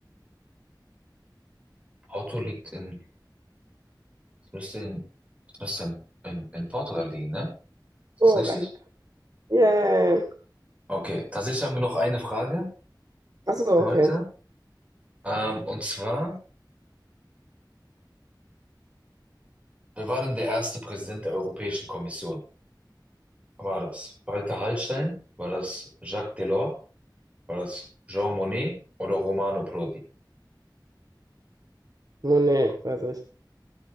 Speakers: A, on the right (about 15°); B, on the right (about 50°).
A: Porto liegt in, es müsste in, es müsste in, in, in Portugal liegen, ne? Ist
B: Korrekt.
A: das richtig?
B: Yay.
A: Okay, tatsächlich haben wir noch eine Frage
B: Achso,
A: für heute.
B: okay.
A: Ähm, und zwar, wer war denn der erste Präsident der Europäischen Kommission? War das Walter Hallstein? War das Jacques Delors? War das Jean Monnet oder Romano Prodi?
B: Monet, weiß ich.